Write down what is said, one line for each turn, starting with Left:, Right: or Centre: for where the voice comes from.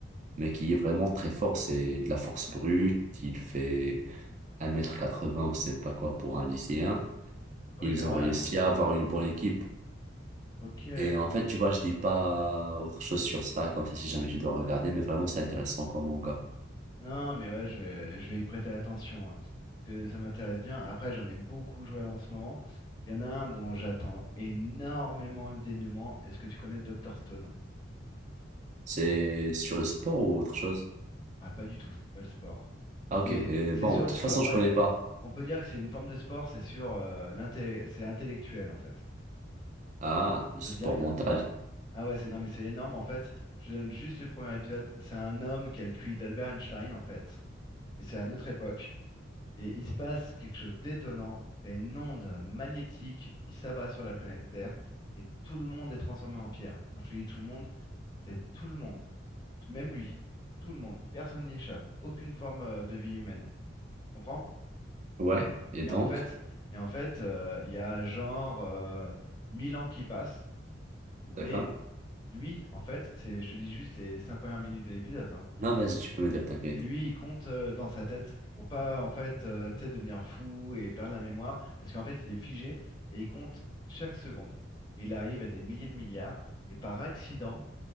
Right: mais qui est vraiment très fort. C'est de la force brute. Il fait un mètre quatre 80 on sait pas quoi pour un lycéen.
Left: Ah
Right: Ils
Left: oui, quand
Right: ont
Left: même.
Right: réussi à avoir une bonne équipe.
Left: Ok.
Right: Et en fait, tu vois, je dis pas autre chose sur ça, comme ça, si jamais tu dois regarder, mais vraiment, c'est intéressant comme manga.
Left: Non, mais ouais, je vais, je vais y prêter attention. hein, parce que ça m'intéresse bien. Après, j'en ai beaucoup joué en ce moment. Il y en a un dont j'attends énormément le dénouement. Est-ce que tu connais Dr Stone?
Right: C'est sur le sport ou autre chose?
Left: Ah, pas du tout, c'est pas le sport.
Right: Ah, ok.
Left: C'est
Right: Euh,
Left: c'est
Right: bon,
Left: sur
Right: de
Left: le
Right: toute
Left: sport.
Right: façon, je
Left: ouais,
Right: connais pas.
Left: On peut dire que c'est une forme de sport, c'est sur euh, l'intellect, c'est intellectuel en fait.
Right: Ah, le
Left: Ça
Right: sport
Left: te dit rien.
Right: mental.
Left: Ah ouais, c'est non mais c'est énorme en fait. Je te donne juste les premiers épisodes. C'est un homme qui a le QI d'Albert Einstein en fait, et c'est à notre époque. Et il se passe quelque chose d'étonnant. T'as une onde magnétique qui s'abat sur la planète Terre et tout le monde est transformé en pierre. Quand je te dis tout le monde, c'est tout le monde, même lui, tout le monde. Personne n'y échappe. Aucune forme euh, de vie humaine. Tu comprends?
Right: Ouais. Et
Left: Et
Right: donc,
Left: en fait, et en fait, euh, il y a genre euh, 1000 ans qui passent.
Right: d'accord.
Left: Et lui, en fait, c'est, je te dis juste les 5 premières minutes de l'épisode. hein.
Right: Non, vas-y, tu peux me dire, t'inquiète.
Left: Lui, il compte euh, dans sa tête pour pas en fait, euh, tu sais, devenir fou et perdre la mémoire, parce qu'en fait, il est figé et il compte chaque seconde. Et il arrive à des milliers de milliards. Et par accident,